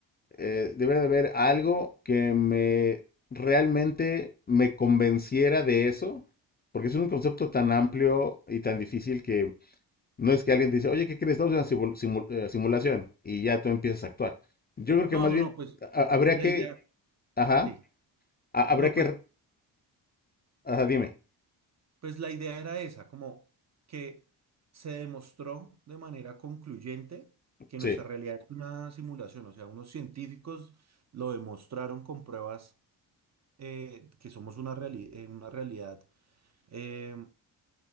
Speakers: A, on the left; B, on the right.
A: eh, debería de haber algo que me realmente me convenciera de eso, porque es un concepto tan amplio y tan difícil que no es que alguien te dice, oye, ¿qué crees? Estamos en una simu- simu- eh, simulación y ya tú empiezas a actuar. Yo creo
B: No,
A: que más
B: no,
A: bien
B: no, pues
A: a- habría
B: la
A: que
B: idea,
A: Ajá.
B: sí.
A: ha- Habrá
B: No,
A: que...
B: pues
A: r- Ajá, dime.
B: Pues la idea era esa, como que se demostró de manera concluyente que
A: Sí,
B: nuestra realidad es una simulación, o sea, unos científicos lo demostraron con pruebas eh, que somos una, reali- eh, una realidad eh,